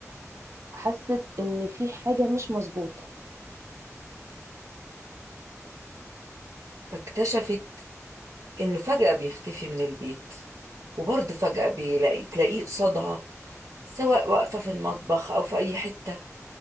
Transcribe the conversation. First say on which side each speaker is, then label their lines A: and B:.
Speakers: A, on the right; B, on the right.
A: حست ان في حاجه مش مظبوطه
B: فاكتشفت إنه فجأة بيختفي من البيت وبرضه فجأة بيلاقي تلاقيه قصادها سواء واقفة في المطبخ أو في أي حتة